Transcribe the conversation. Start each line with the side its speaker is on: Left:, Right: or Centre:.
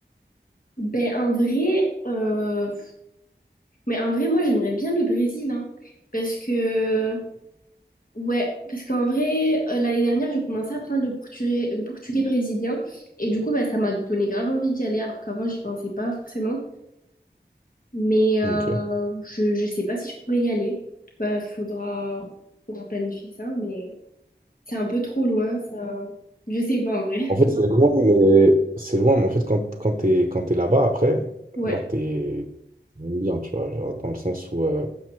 Left: Ben, en vrai, euh, mais en vrai, moi, j'aimerais bien le Brésil, hein, parce que Ouais, parce qu'en vrai, euh, l'année dernière, j'ai commencé à apprendre le portugais, le portugais brésilien et du coup, bah, ça m'a donné grave envie d'y aller alors qu'avant, j'y pensais pas forcément. Mais euh,
Right: Ok.
Left: je, je sais pas si je pourrais y aller. Bah, faudra, faudra planifier ça, mais c'est un peu trop loin, ça. Je sais pas en vrai. <laughs>
Right: En fait, c'est loin, mais... C'est loin, mais en fait, quand, quand t'es, quand t'es là-bas, après,
Left: Ouais.
Right: genre, t'es bien, tu vois, genre, dans le sens où... euh,